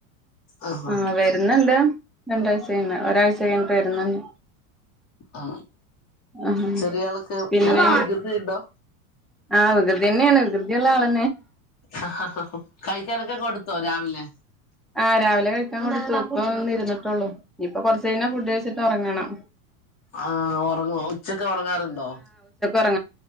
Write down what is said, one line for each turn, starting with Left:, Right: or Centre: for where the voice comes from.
Left: ആഹ്
Centre: അ വരുന്നുണ്ട് രണ്ടാഴ്ച കഴിയുമ്പ ഒരാഴ്ച കഴിഞ്ഞിട്ട് വരുന്നുണ്ട്
Left: ആ
Centre: ആ
Left: ചെറിയ ആളൊക്കെ
Centre: പിന്നെ
Left: നല്ല വികൃതിണ്ടോ
Centre: ആ വികൃതി തന്നെയാണ് വികൃതിയുള്ള ആളാ
Left: ആ ആ ആ കഴിക്കാനൊക്കെ കൊടുത്തുവോ രാവിലെ
Centre: അരാവിലെ കഴിക്കാൻ കൊടുത്തു ഇപ്പൊ വന്ന്ഇരിട്ടുള്ളൂ ഇനിയിപ്പൊ കുറച്ച കഴഞ്ഞ ഫുഡ് കഴിച്ചിട്ട് ഒറങ്ങണം
Left: ആ ഉറങ്ങും ഉച്ചക്ക്‌ ഉറങ്ങാറുണ്ടോ
Centre: അ